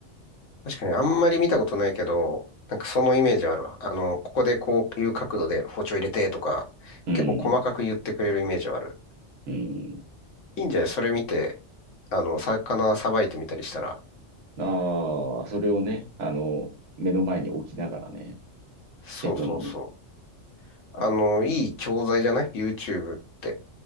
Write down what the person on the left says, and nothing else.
確かにあんまり見たことないけど、なんかそのイメージあるわ。あの、ここでこういう角度で包丁入れてとか、
結構細かく言ってくれるイメージはある。
いいんじゃないそれ見て、あの、魚さばいてみたりしたら。
そうそうそ
う。あの、いい教材じゃない ?YouTube って。